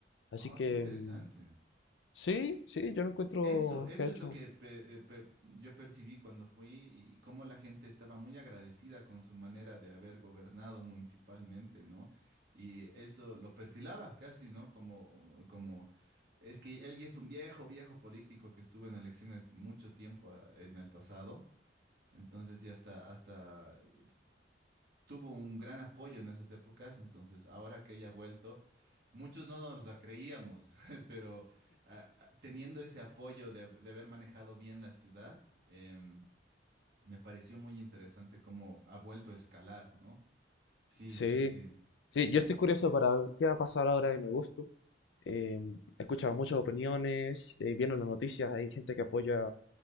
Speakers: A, on the left; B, on the right.
A: Así
B: Oh,
A: que
B: qué interesante.
A: mm, sí, sí, yo lo encuentro
B: Eso, eso
A: que ha hecho
B: es lo que pe- eh, per- yo percibí cuando fui y cómo la gente estaba muy agradecida con su manera de haber gobernado municipalmente, ¿no? Y eso lo perfilaba casi, ¿no? Como, como, es que él ya es un viejo, viejo político que estuvo en elecciones mucho tiempo ah, en el pasado, entonces ya hasta, hasta eh, tuvo un gran apoyo en esas épocas, entonces ahora que haya vuelto Muchos no nos la creíamos, <laughs> pero ah, ah, teniendo ese apoyo de, de haber manejado bien la ciudad, em, me pareció muy interesante cómo ha vuelto a escalar, ¿no? Sí,
A: Sí,
B: sí, sí.
A: sí, yo estoy curioso para ver qué va a pasar ahora en agosto. Eh, he escuchado muchas opiniones, eh, viendo las noticias, hay gente que apoya